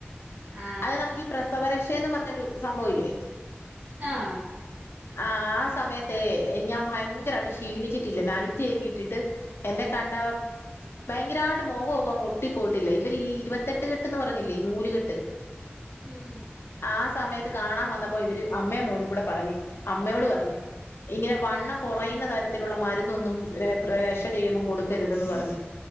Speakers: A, on the right; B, on the left.
A: ആ
B: അത് നമുക്ക് ഈ പ്രസവരക്ഷേന്നും പറഞ്ഞൊരു സംഭവം ഇല്ലേ
A: ആഹ്
B: ആഹ് ആ സമയത്തേ ഞാൻ ഭയങ്കരായിട്ട് ക്ഷീണിച്ചിട്ടില്ലന്നെ നൈ റ്റിയെക്ക ഇട്ടിട്ട് എന്നെ കണ്ടാ ഭയങ്കരായിട്ട് മൊഖോക്കെ ഒട്ടിപ്പോയിട്ടില്ലെ ഇവര് ഈ ഇരുപത്തെട്ട് കെട്ടന്ന് പറഞ്ഞില്ലേ ഈ നൂല്കെട്ട്
A: ഉം
B: ആ സമയത്ത് കാണാൻ വന്നപ്പോ ഇവര് അമ്മേം മോനും കൂടെ പറഞ്ഞ് അമ്മയോട് പറഞ്ഞ് ഇങ്ങനെ വണ്ണം കൊറയുന്ന തരത്തിലുള്ള മരുന്നൊന്നും ര പ്ര രക്ഷ ചെയ്യുമ്പോം കൊടുക്കരുതെന്ന് പറഞ്ഞ്